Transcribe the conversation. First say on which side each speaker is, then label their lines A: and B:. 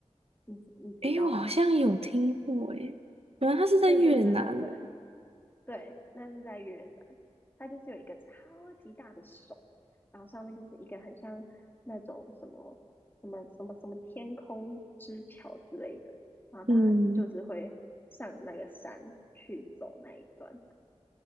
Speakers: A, on the left; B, on the right.
A: 你你知道吗？
B: 诶，我好像有听过，诶，原来它是在越南哦。
A: 对对对对对，对，那是在越南，它就是有一个超级大的手，然后上面就是一个很像那种什么什么什么什么天空之桥之类的，然后大家就是会上那个山去走那一段，
B: 嗯，